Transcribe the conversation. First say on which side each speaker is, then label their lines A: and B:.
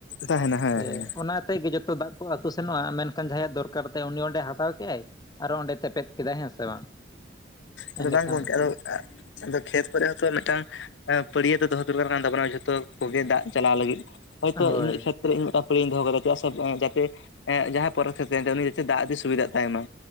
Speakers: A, on the left; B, on the left.
A: ᱛᱟᱦᱮᱱᱟ ᱦᱮᱸ
B: ᱥᱮ
A: ᱦᱮᱸ
B: ᱚᱱᱟᱛᱮ ᱜᱮ ᱡᱚᱛᱚ ᱫᱟᱜ ᱠᱚ ᱟᱹᱛᱩ ᱥᱮᱱᱚᱜᱼᱟ ᱢᱮᱱᱠᱷᱟᱱ ᱡᱟᱦᱟᱸᱭᱟᱜ ᱫᱚᱨᱠ ᱫᱚᱨᱠᱟᱨᱛᱟᱭ ᱩᱱᱤ ᱚᱸᱰᱮ ᱦᱟᱛᱟᱣ ᱠᱮᱫᱟᱭ ᱟᱨ ᱚᱸᱰᱮ ᱛᱮᱯᱮᱫ ᱠᱮᱫᱟᱭ ᱦᱮᱸ ᱥᱮ ᱵᱟᱝ᱾
A: ᱟᱫᱚ
B: ᱮᱸᱰᱮᱠᱷᱟᱱ
A: ᱵᱟᱝ ᱜᱚᱢᱠᱮ ᱟᱫᱚ <unintelligible> ᱠᱷᱮᱛ ᱠᱚᱨᱮ ᱦᱚᱸᱛᱚ ᱢᱤᱫᱴᱟᱝᱼᱼ ᱯᱟᱹᱲᱭᱟᱹ ᱫᱚ ᱫᱚᱦᱚ ᱫᱚᱨᱠᱟᱨ ᱠᱟᱱ ᱛᱟᱵᱚᱱᱟ ᱡᱷᱚᱛᱚ ᱠᱚᱜᱮ ᱫᱟᱜ ᱪᱟᱞᱟᱣ ᱞᱟᱹᱜᱤᱫ ᱦᱚᱭᱛᱚ
B: ᱦᱳᱭ
A: ᱤᱱᱟᱹᱜ ᱠᱷᱮᱛᱼᱼ ᱤᱧ ᱢᱤᱫᱴᱟᱝ ᱯᱟᱹᱲᱭᱟᱹ ᱫᱚᱦᱚ ᱠᱟᱫᱟ ᱪᱮᱫᱟᱜ ᱥᱮ ᱡᱟᱛᱮ ᱮ ᱡᱟᱦᱟᱸᱭ ᱯᱚᱨᱮ ᱠᱷᱮᱛᱨᱮ ᱛᱟᱦᱮᱱ ᱛᱟᱭᱟ ᱩᱱᱤ ᱡᱟᱛᱮ ᱫᱟᱜ ᱤᱫᱤ ᱥᱩᱵᱤᱫᱷᱟᱜ ᱛᱟᱭᱢᱟ᱾